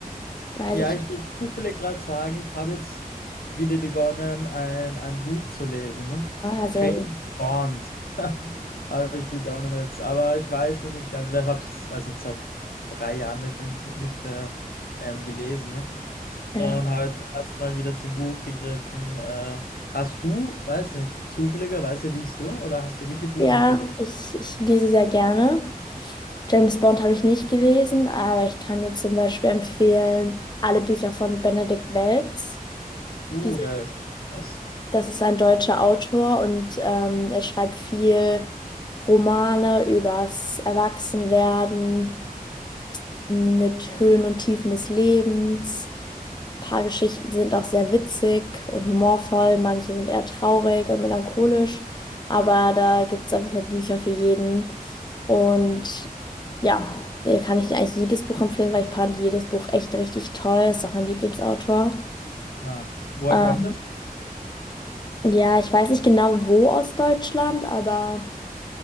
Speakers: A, on the left; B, on the left.
A: weiß
B: Ja,
A: ich
B: ich
A: nicht.
B: will zufällig gerade sagen, ich habe jetzt wieder begonnen, ein, ein Buch zu lesen. ne?
A: Ah, sehr,
B: James Bond. <laughs> Habe ich begonnen jetzt. Aber ich weiß noch nicht ganz, weil ich habe es, weiß nicht, seit drei Jahren wahrscheinlich nicht mehr ähm, gelesen. Ne?
A: ja,
B: Und habe jetzt erst mal wieder zum Buch gegriffen. Äh, hast du, weiß nicht, zufälligerweise liest du oder hast du irgendwelche Buchempfehlungen?
A: ja, ich, ich lese sehr gerne. James Bond habe ich nicht gelesen, aber ich kann dir zum Beispiel empfehlen, alle Bücher von Benedikt Welz.
B: Uh,
A: Die sind,
B: wer ist das?
A: das ist ein deutscher Autor und ähm, er schreibt viel Romane übers Erwachsenwerden mit Höhen und Tiefen des Lebens. Ein paar Geschichten sind auch sehr witzig und humorvoll, manche sind eher traurig und melancholisch, aber da gibt es auf jeden Fall Bücher für jeden. Und ja, äh, kann ich eigentlich jedes Buch empfehlen, weil ich fand jedes Buch echt richtig toll. Ist auch mein Lieblingsautor.
B: Ja. Woher
A: Ähm,
B: kommt das?
A: ja, ich weiß nicht genau wo aus Deutschland, aber.